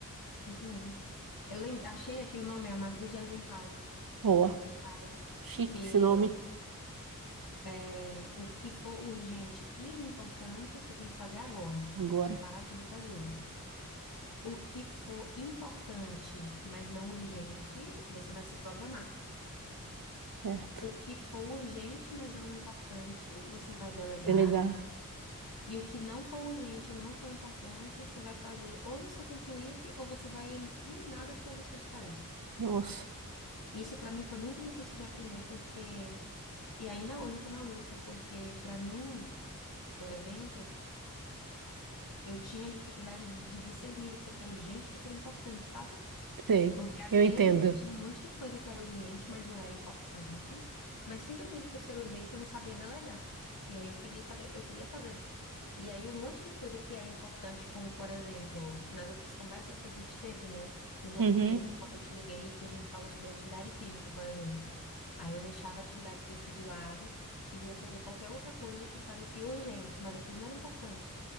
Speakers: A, on the left; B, on the right.
A: isso mesmo. Eu lem- achei aqui o nome, a Matriz de Eisenhower,
B: Ó,
A: que fala
B: chique
A: que
B: esse nome
A: é, o que for urgente e importante, você tem que fazer agora.
B: agora,
A: Tem que parar tudo e fazer. O que for importante, mas não urgente, você vai se programar.
B: certo?
A: O que for urgente, mas não importante, você vai delegar.
B: Delegar.
A: E o que não for urgente e não for importante, você vai fazer ou no seu tempo livre ou você vai eliminar da sua lista de tarefas.
B: Nossa,
A: Isso para mim foi muito difícil de aprender porque e ainda hoje eu tô na luta, porque para mim, por exemplo, eu tinha dificuldade de, de discernir o que é que era urgente e o que é que era importante, sabe?
B: sei.
A: Porque às
B: Eu
A: vezes
B: entendo.
A: tinha um monte de coisa que era urgente, mas não era importante. Mas simplesmente por ser urgente, eu não sabia delegar. E aí eu queria saber, eu queria fazer. E aí um monte de coisa que era importante, como por exemplo, nas outras conversas que a gente teve, né? Nos outros
B: Uhum.
A: dias, quando eu te liguei, que a gente falou sobre atividade física, por exemplo. Aí eu deixava a atividade física de lado e ia fazer qualquer outra coisa que parecia urgente, mas aquilo não era importante.